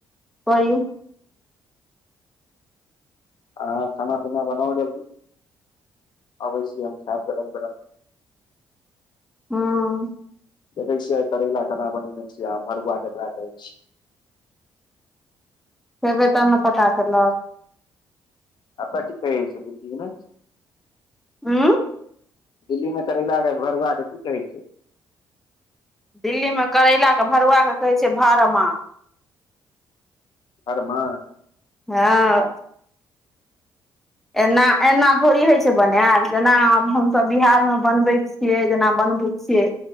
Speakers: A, in the centre; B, on the left.
A: करू
B: अहाँ खाना पीना बनाउ जल्दी अबै छी हम खायब गरम गरम
A: हूंम्म
B: देखै छिय आ करैला केना बनेने छियै आ भरुआ केकरा कहै छियै
A: खेबै तब ने पता चलते
B: कते छै दिल्ली मे
A: उंम्म
B: दिल्ली मे करैला के भरुआ के की कहै छै
A: दिल्ली मे करैलाक के भरुआके कहै छै भड़मा
B: भरमा <inaudible>
A: हँ एना एना थोड़ी होइ छै बनायल जेना आब हमसभ बिहारमे बनबै छियै जेना बनबे छिय